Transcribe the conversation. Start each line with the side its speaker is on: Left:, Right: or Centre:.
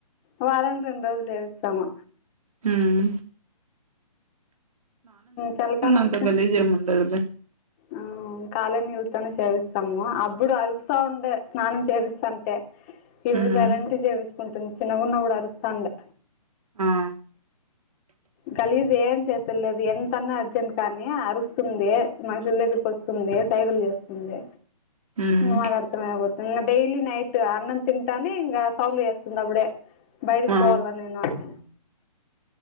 Left: వరంకి రెండు రోజులు చేపిస్తాము
Right: హ్మ్
Left: చాల కల్ ముచ్చ
Right: అంత గలీజ్ ఏమి ఉండదులే
Left: ఆ కాలే నిల్తు ను చేపిస్తాము అప్పుడు అరుస్తా ఉండే స్నానం చేపిస్తాంటే ఇప్పుడు
Right: ఉమ్
Left: సైలెంట్ చేపీచుకుంటుంది చిన్నగున్నప్పుడు అరుస్తాండే
Right: ఆ
Left: గలీజ్ ఏం చేస్తాలేదు ఎంతన్నా అర్జెంట్ కానీ అరుస్తుంది మనుషుల దగ్గరకి వస్తుంది సైగలు చేస్తుంది
Right: ఉమ్
Left: మగడతమ ఆతు ఇ డైలీ నైట్ అన్నం తింటానే ఇంగ సౌలువ్ చేస్తుంది అప్పుడే బయటకి
Right: ఆ
Left: పోవాల నేను అనీ